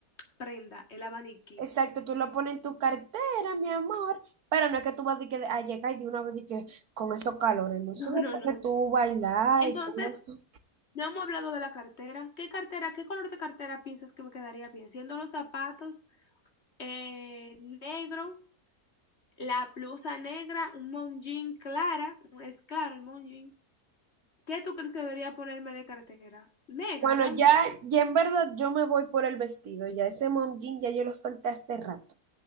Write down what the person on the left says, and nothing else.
prenda, el abaniquito.
<laughs>
No,
no,
no.
Entonces,
no hemos hablado de la cartera. ¿Qué cartera, qué color de cartera piensas que me quedaría bien? Siendo los zapatos eh, negro, la blusa negra, un mom jean clara, es claro el mom jean. ¿Qué tú crees que debería ponerme de cartera? Negra
también.